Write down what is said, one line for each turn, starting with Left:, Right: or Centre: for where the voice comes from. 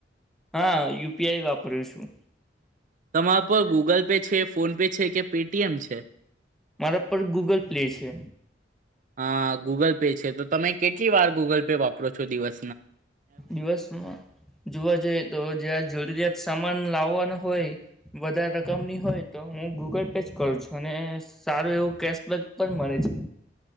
Centre: હા યુ પી આઈ વાપરું છું.
Right: તમારા પર ગૂગલ પે છે ફોન પે છે કે પે ટી એમ છે.
Centre: મારા પર ગૂગલ પ્લે છે.
Right: અ ગૂગલ પે છે તો તમે કેટલી વાર ગૂગલ પે વાપરો છો દિવસ
Centre: દિવસમાં જોવા જઈએ તો જ્યાં જરૂરિયાત સામાન લાવાનું હોય વધારે રકમની હોય તો હું ગૂગલ પે જ કરું છું અને સારું એવું કેશબેક પણ મળે છે.